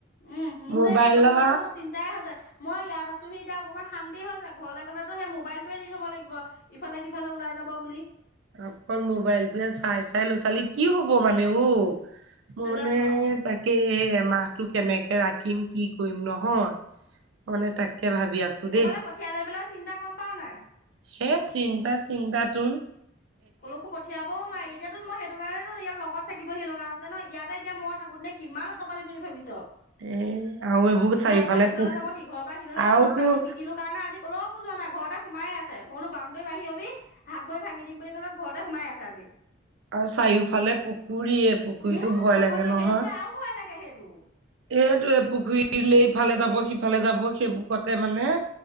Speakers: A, on the left; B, on the right.
A: উম
B: মোবাইলৰ
A: মোৰ যে সেইটো যহতে মোৰ চিন্তাই হৈ যায় মই ইয়াতছোি এয়া অকনমান শান্তি হৈায় ঘৰলে'লেতো সেই মোবাইলোৱ দি থব লাগিব িব ইফালে সিফালে ওলাই যাব বুলি
B: অকল মোবাইল োৱে চাই চাই ল'ৰা ছোৱালী কি হব মানে অ মোৰ
A: নেজানো
B: মানে
A: আৰু
B: তাকে মাহটো কেনেকে ৰাখিম কি কৰিম নহয় মানে তাকে ভাবি আছো দেই
A: কবালৈ পঠিয়াই লৈ পেলাই চিন্তা গম পাও নাই
B: হে চিন্তা চিন্তা তোন
A: ক'কো পঠিয়াবও নোৱাৰাৰে এতিয়াতো মই সেইটো কাৰণেো ইয়াত লগ লগত থাকিবহি লগা হৈছে ন ইয়াতে এতিয়া মই থাকোঁনেে কিমান অতৰপালি বুলি ভাবিছ
B: এ আৰু এইবোৰ
A: ইঘৰৰ
B: চাৰিওফালে
A: পৰা সিঘৰলৈ
B: পুখু
A: যাব সিঘৰৰ পৰা সিঘৰলৈ
B: আৰু
A: যাব
B: তোৰ
A: কালি পিতিলো কাৰণে আজি কল একো যোৱা নাই ঘৰতে সোমাই আছেইো বানদৈী বাহিৰ অবি হাত ভৰি ভাঙি দিম বুলি ক'লে ঘৰতে সোমাই আছে আজি
B: আৰু চাৰিওফালে পুখুৰীয়ে পুখুৰীতটো
A: উম
B: ভয়
A: নকবি
B: লাগে নহয়।
A: সেইটোতে আৰু ভয় লাগে সেইটো
B: সেইটোে পুখুৰীলৈ ইফালে যাব সিফালে যাব সেইবোৰ কতে মানে,